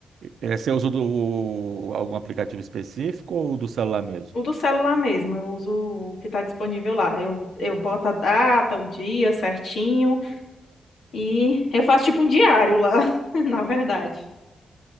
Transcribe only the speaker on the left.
O do celular mesmo, eu uso o que está disponível lá. Eu, eu boto a data, o dia certinho e eu faço tipo um diário lá, <laughs> na verdade.